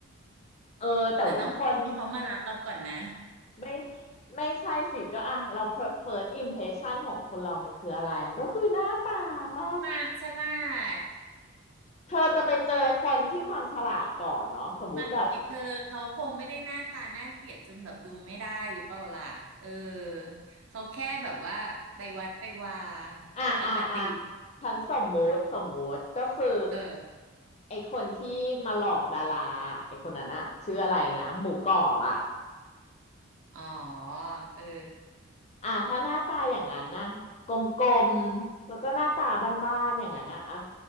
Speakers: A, on the left (about 30°); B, on the right (about 65°).
A: เออแต่ว่าคน
B: แต่ต้องทำให้เขามารักเราก่อนนะ
A: ไม่ไม่ใช่สิก็อ่ะเรา first impression ของคนเรามันคืออะไรมันก็คือหน้าตาป่ะ
B: <laughs> ความฉลาด
A: เธอจะไปเจอคนที่ความฉลาดก่อนเนาะสมมุติแบบ
B: ไม่เธอ เขาคงไม่ได้หน้าตาน่าเกลียดจนแบบดูไม่ได้หรือเปล่าล่ะ เออ เขาแค่แบบว่าไปวัดไปวา
A: อ่ะอ่ะอ่ะ
B: ปกติ
A: ฉันสมมุติสมมุติก็คือ
B: เออ
A: ไอคนที่มาหลอกดาราไอคนนั้นอะชื่ออะไรนะหมูกรอบอะ
B: อ๋อเออ
A: อ่ะถ้าหน้าตาอย่างนั้นนะกลมๆแล้วก็หน้าตาบ้านๆอย่างนั้นนะอ่ะ